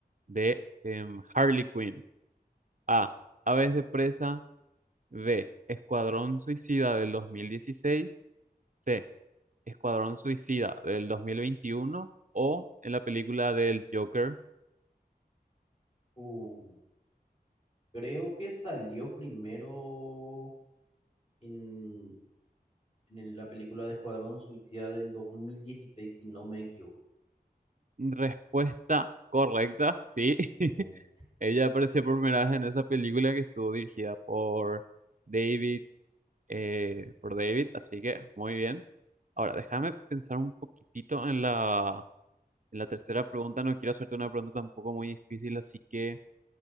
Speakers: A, on the right; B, on the left.
A: de em, Harley Quinn? A. Aves de presa. B. Escuadrón Suicida del 2016. C. Escuadrón Suicida del 2021 o en la película del Joker.
B: uh, creo que salió primero en, en el- la película de Escuadrón Suicida del 2016, si no me equivoco.
A: Respuesta correcta, sí. <laughs>
B: Bien,
A: Ella apareció por primera vez en esa película que estuvo dirigida por David, eh, por David, así que muy bien. Ahora, déjame pensar un poquitito en la, en la tercera pregunta. No quiero hacerte una pregunta tampoco muy difícil, así que...